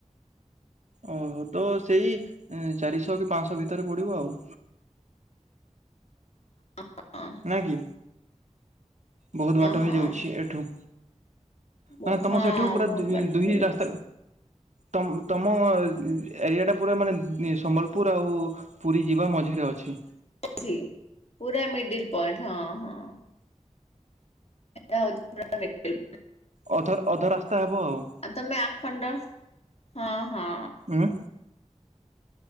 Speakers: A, on the right; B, on the left.
A: ଓହୋ, ତ ସେଇ ଏଁ, ଚାରିଶହ କି ପାଁଶହ ଭିତରେ ପଡିବ ଆଉ।
B: ଅ, ଆଁ।
A: ନା କି? ବହୁତ ବାଟ
B: ହଁ
A: ହେଇଯାଉଛି ଏଠୁ।
B: ହଁ
A: ମାନେ ତୋମ
B: ହଁ
A: ସେଠୁ ପୁରା
B: ବହୁତ
A: ଦୁଇ
B: ବାଟ
A: ଦୁହି
B: ହେଇଯିବ
A: ରାସ୍ତା ତୋମ ତୋମ ଏରିଆଟା ପୁରା ମାନେ ଏ ସମ୍ବଲପୁର ଆଉ ପୁରୀ ଯିବା ମଝିରେ ଅଛି।
B: ଛି ପୁରା ମିଡିଲ୍ ପଏଣ୍ଟ ହଁ, ହଁ। <inaudible>
A: ଅଧର୍ ଅଧ ରାସ୍ତା ହେବ ଆଉ।
B: ଆଉ ତୋମେ ଆଖଣ୍ଡ ହଁ, ହଁ
A: ଉଁ,